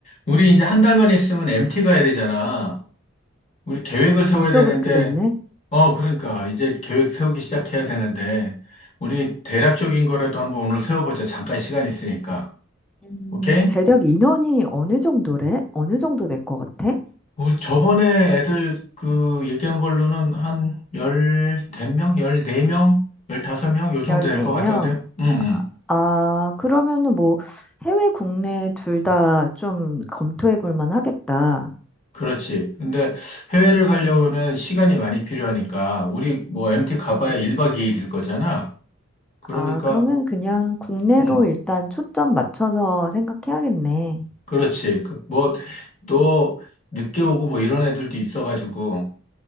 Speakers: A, on the left; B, in the centre.
A: 우리 이제 한 달만 있으면 MT 가야 되잖아. 우리 계획을 세워야
B: 벌써
A: 되는데,
B: 그렇게 됐네.
A: 어, 그러니까 이제 계획 세우기 시작해야 되는데, 우리 대략적인 거라도 한번 오늘 세워보자. 잠깐 시간 있으니까.
B: 음,
A: 오케이?
B: 재력 인원이 어느 정도래? 어느 정도 될 것 같아?
A: 우리 저번에 애들 그 얘기한 걸로는 한 열, 대명? 열네 명? 열다섯 명? 요 정도
B: 14명.
A: 될 것 같던데요? 응, 응.
B: 아, 그러면은 뭐 해외 국내 둘 다 좀 검토해 볼 만하겠다.
A: 그렇지. 근데 해외를 가려면
B: 음.
A: 시간이 많이 필요하니까, 우리 뭐 MT 가봐야
B: 음, 음,
A: 1박
B: 음.
A: 2일일 거잖아. 그러니까,
B: 아, 그러면 그냥 국내로
A: 응.
B: 일단 초점 맞춰서 생각해야겠네.
A: 그렇지. 그, 뭐, 또, 늦게 오고 뭐 이런 애들도 있어가지고,